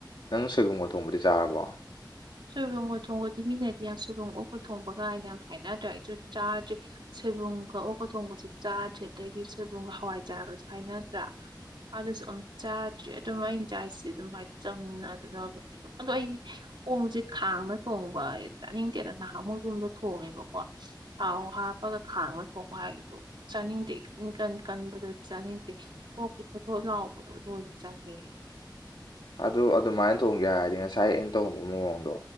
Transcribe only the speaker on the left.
ꯅꯪ ꯁꯣꯏꯕꯨꯝꯒ ꯊꯣꯡꯕꯗꯤ ꯆꯥꯔꯕꯣ
ꯑꯗꯨ ꯑꯗꯨꯃꯥꯏꯅ ꯊꯣꯡꯒꯦ ꯍꯥꯏꯔꯗꯤ ꯉꯁꯥꯏ ꯑꯩꯅ ꯇꯣꯡꯕ ꯃꯑꯣꯡꯗꯣ